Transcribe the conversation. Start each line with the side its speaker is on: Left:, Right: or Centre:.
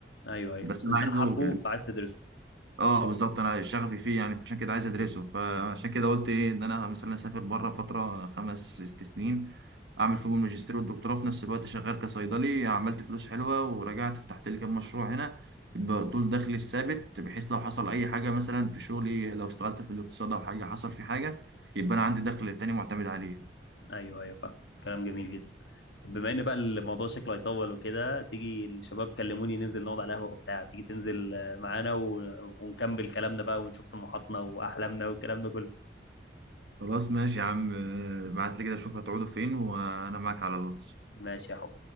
Left: ايوه ايوه
Right: بس
Left: بس
Right: انا
Left: انت
Right: عايزه
Left: حابه فعايز تدرسه
Right: اه بالظبط انا شغفي فيه يعني عشان كده عايز ادرسه فعشان كده قلت ايه ان انا مثلا اسافر بره فتره خمس ست سنين اعمل فيهم الماجستير والدكتوراه في نفس الوقت شغال كصيدلي عملت فلوس حلوه ورجعت فتحت لي كام مشروع هنا يبقى دول دخلي الثابت بحيث لو حصل اي حاجه مثلا في شغلي لو اشتغلت في الاقتصاد او حاجه حصل في حاجه يبقى انا عندي دخل تاني معتمد عليه
Left: ايوه ايوه فاهم كلام جميل جدا بما ان بقى الموضوع شكله هيطول وكده تيجي الشباب كلموني ننزل نقعد على قهوة وبتاع تيجي تنزل آه، معانا و... ونكمل كلامنا بقى ونشوف طموحاتنا واحلامنا والكلام ده كله
Right: خلاص ماشي يا عم آه، بعت لي كده اشوف هتقعدوا فين وانا معاك على الواتس
Left: ماشي يا حب